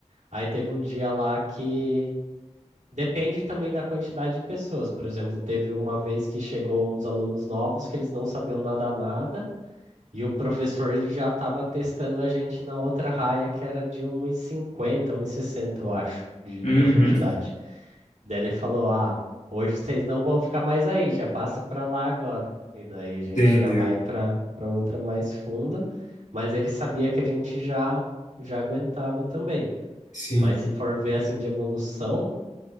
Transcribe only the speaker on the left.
uhum,
entendeu?
Sim,